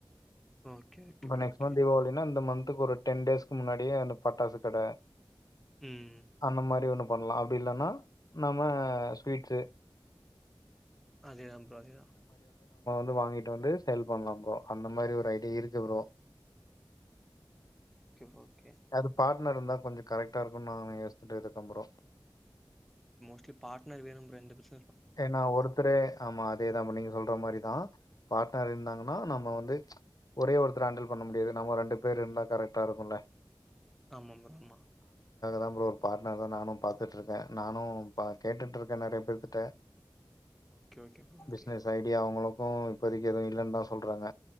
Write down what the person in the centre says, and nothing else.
ஓகே ஓகே
ப்ரோ
ஓகே
ம்
அதே தா ப்ரோ அதே தா
ஓகே ப்ரோ ஓகே
மோஸ்ட்லி பார்ட்னர் வேணும் ப்ரோ எந்த பிஸ்
ஆமா ப்ரோ ஆமா
ஓகே ஓகே ப்ரோ ஓகே